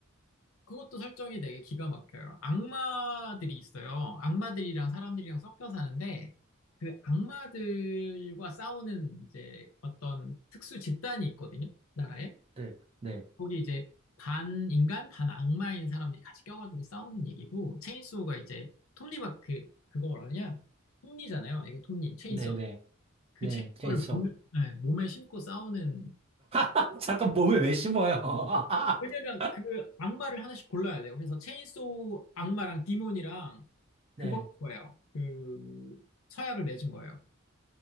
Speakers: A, on the left (about 75°); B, on the right (about 30°).
A: 그것도 설정이 되게 기가 막혀요. 악마들이 있어요. 악마들이랑 사람들이랑 섞여 사는데 그 악마들과 싸우는 이제 어떤 특수 집단이 있거든요. 나라에.
B: 네, 네,
A: 거기 이제 반 인간, 반 악마인 사람들이 같이 껴가지고 싸우는 얘기고 체인소가 이제 톱니바크 그거 뭐라냐? 톱니잖아요. 이거 톱니, 체인소.
B: 네, 네,
A: 그
B: 네,
A: 체인소를
B: 체인소.
A: 몸에, 네, 몸에 심고 싸우는
B: <laughs> 잠깐 몸에 왜 심어요? <laughs>
A: 왜냐면 그 악마를 하나씩 골라야 돼요. 그래서 체인소우 악마랑 디몬이랑
B: 네.
A: 그거 거예요. 그 서약을 맺은 거예요.